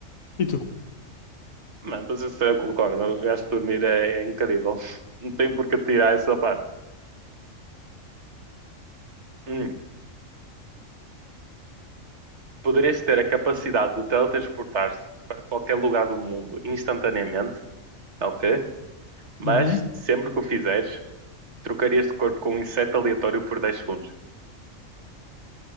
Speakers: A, on the left; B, on the right.
A: E tu?
B: Não, mas isso eu concordo. Eu acho que dormir é, é incrível. <laughs> Não tem por que tirar essa parte. Hum. Poderias ter a capacidade de teletransportar te para qualquer lugar do mundo instantaneamente, ok? Mas
A: Uhum.
B: sempre que o fizeres, trocarias de corpo com um inseto aleatório por 10 segundos.